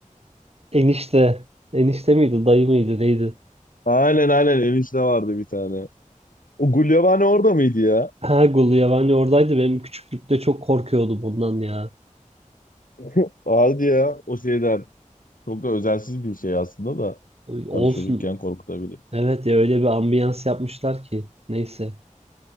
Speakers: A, on the right; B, on the left.
A: enişte. Enişte miydi dayı mıydı neydi?
B: Aynen aynen enişte vardı bir tane. O Gulyabani orada mıydı ya?
A: Ha Gulu Yabani oradaydı. Benim küçüklükte çok korkuyordum bundan ya.
B: <laughs> Hadi ya o şeyden. Çok da özensiz bir şey aslında da.
A: Olsun.
B: Tabii çocukken korkutabilir.
A: Evet ya öyle bir ambiyans yapmışlar ki. Neyse.